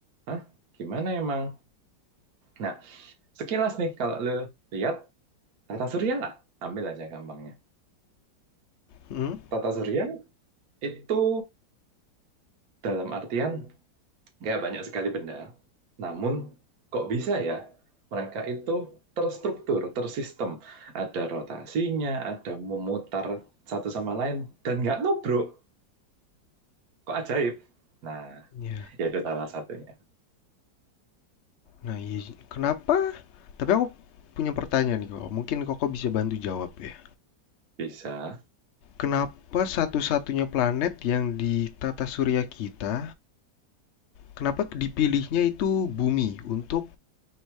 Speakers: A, on the right (about 55°); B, on the left (about 65°).
A: Hah? Gimana emang? Nah, Sekilas nih kalau lo lihat tata surya lah, ambil aja gampangnya.
B: Mhm?
A: Tata surya itu dalam artian nggak banyak sekali benda, namun kok bisa ya mereka itu terstruktur, tersistem. Ada rotasinya, ada memutar satu sama lain, dan nggak nubruk. Kok ajaib? Nah,
B: Ya.
A: ya itu salah satunya.
B: Nah, iya, kenapa Tapi aku punya pertanyaan nih kok. Mungkin Koko bisa bantu jawab ya.
A: Bisa.
B: Kenapa satu-satunya planet yang di tata surya kita, kenapa dipilihnya itu bumi untuk